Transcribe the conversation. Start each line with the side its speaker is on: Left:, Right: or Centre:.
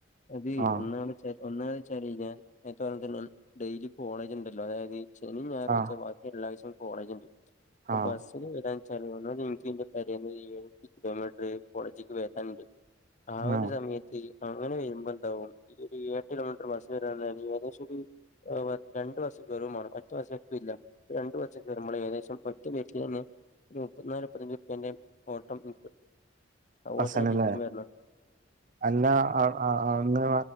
Left: അത്
Right: ആഹ്
Left: ഒന്നാമ ഒന്നാ വെച്ചാല് ഞാൻ ഏത്താലന്ന ഡെയിലി കോളേജ് ഉണ്ടല്ലോ അതായത് ശനി ഞായറായിച്ച
Right: ആഹ്
Left: ബാക്കി എല്ലാ ദിവസും കോളേജ് ഉണ്ട് അപ്പൊ
Right: ആഹ് ആഹ്
Left: ബസ്സിൽ വരാൻ ചിലവണ ൻക്ക്ന്റെ പെരേന്ന് ഏഴു കിലോമീറ്റർ കോളേജേക്ക് വരാാനുണ്ട് ആ ഒരു
Right: ആഹ്
Left: സമയത്ത് അങ്ങനെ വരുമ്പോ എന്താവും ഒരു എട്ട് കിലോമീറ് ദിവസവും ഏകദേശം ഒരു രണ്ടു ബസ് കേറുമാണം മറ്റു ബസ് എത്തുല്ല രണ്ടു ബസ് കേറുമ്പം ഏകദേശം വരുമ്പോൾ ഏകദേശം ഒറ്റ വീട്ടിൽ നിന്ന് ഒരു മുപ്പത്തിനാല് മുപ്പത്തഞ്ച് റുപ്പ്യേന്റെ ഓട്ടംണ്ട് ഓനെ
Right: ഹസ്സനല്ലേ
Left: തിരിച്ച് വണം
Right: അല്ല അന്ന്